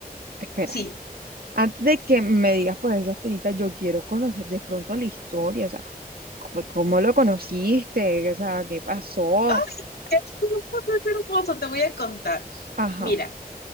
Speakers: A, on the right; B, on the left.
A: espera.
B: sí.
A: Antes de que me digas pues esas pinitas, yo quiero conocer de pronto la historia, o sea, cómo, cómo lo conociste, o sea, qué pasó.
B: <laughs> Ok, es hermoso, es hermoso, te voy a contar.
A: Ajá.
B: Mira,